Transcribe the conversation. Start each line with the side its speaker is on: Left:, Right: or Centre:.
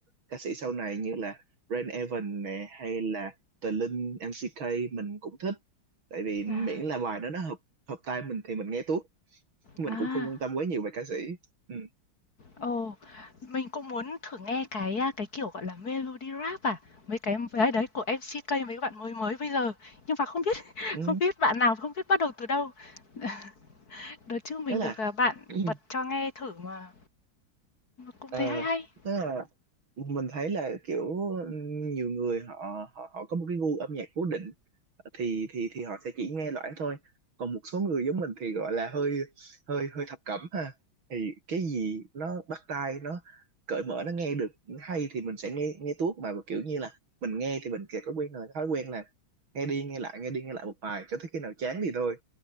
Right: ca sĩ sau này như là Rain Evans nè hay là Tờ Linh MCK mình cũng thích tại vì miễn
Left: à,
Right: là bài đó nó hợp hợp tai mình thì mình nghe tốt mình
Left: à.
Right: cũng không quan tâm quá nhiều về ca sĩ ừ.
Left: Ồ, mình cũng muốn thử nghe cái à, cái kiểu gọi là melody rap à, mấy cái đấy đấy của MCK mấy bạn mới mới bây giờ. Nhưng mà không biết <laughs>
Right: Ừ.
Left: không biết bạn nào không biết bắt đầu từ đâu. <laughs> Đợt trước mình
Right: Tức là
Left: được à, bạn
Right: <clears throat>
Left: bật cho nghe thử mà cũng
Right: ờ,
Left: thấy hay hay.
Right: tức là mình thấy là kiểu nhiều người họ họ họ có một cái gu âm nhạc cố định thì thì thì họ sẽ chỉ nghe loãng thôi còn một số người giống mình thì gọi là hơi hơi hơi thập cẩm ha thì cái gì nó bắt tai nó cởi mở nó nghe được hay thì mình sẽ nghe nghe tuốt mà kiểu như là mình nghe thì mình kìa có quen rồi thói quen là nghe đi nghe lại nghe đi nghe lại một bài cho tới khi nào chán thì thôi